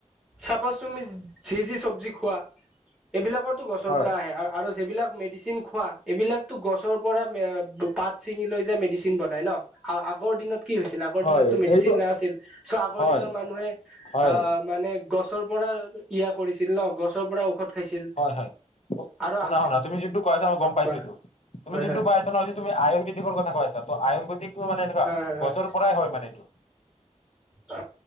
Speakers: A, in the centre; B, on the left.
A: চাপজ তুমি যি যি চবজি খোৱা এইবিলাকত গছৰ
B: হয়
A: পৰা আহে আৰু আৰু যেইবিলাক। মেডিচিন খোৱা এইবিলাকতো গছৰ পৰা পাত চিঙি লৈ যে মেডিচিন বনাই ন আগৰ দিনত। কি হৈছিল আগৰ
B: হয়
A: দিনতো মেডিচিন
B: এইটো
A: নাছিল চ' আগৰ
B: হয়
A: দিনৰ মানুহে
B: হয়
A: অ মানে। গছৰ পৰা ইয়া কৰিছিল ন গছৰ পৰা ঔষধ খাইছিল
B: হয় হয়
A: আৰু
B: শুনা
A: অ
B: শুনা তুমি যোনটো কয় আছা মই গম পাইছো
A: কোৱা
B: এইটো তুমি
A: হয়
B: যোনটো
A: হয়
B: কয় আছা ন সেই। তুমি আয়ুৰ্বেদিকৰ কথা কৈ আছা। ত আয়ুৰ্বেদিকো মানে এনেকুৱা
A: হয় হয় হয়
B: গছৰ পৰাই হয় মানে এইটো।
A: অ